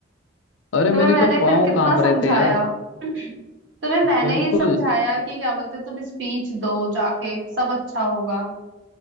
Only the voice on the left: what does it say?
अरे
मेरे
तो पाँव
कांप
रहे थे यार
बिल्कुल